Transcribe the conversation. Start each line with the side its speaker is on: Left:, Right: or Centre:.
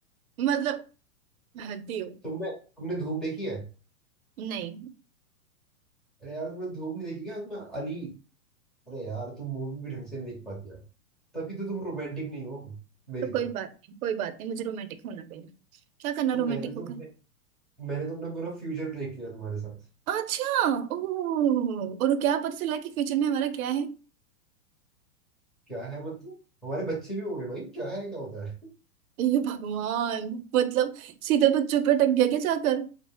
Right: मतलब हद ही हो
Centre: तुमने तुमने धूम देखी है
Right: नहीं
Centre: अरे यार तुमने धूम नहीं देखी क्या उसमें अली अरे यार तुम मूवी भी ढंग से नहीं देख पाती यार तभी तो तुम रोमांटिक नहीं हो मेरी
Right: तो कोई
Centre: तरह
Right: बात नहीं कोई बात नहीं मुझे रोमांटिक होना पड़ेगा क्या करना
Centre: मैंने
Right: रोमांटिक होकर
Centre: तो अपने मैंने तो अपना पूरा फ्यूचर देख लिया तुम्हारे साथ
Right: अच्छा ओह और क्या पता चला कि फ्यूचर में हमारा क्या है
Centre: क्या है मतलब हमारे बच्चे भी हो गए भाई क्या है क्या होता है
Right: हे भगवान मतलब सीधे बच्चों पे टक गया क्या जाकर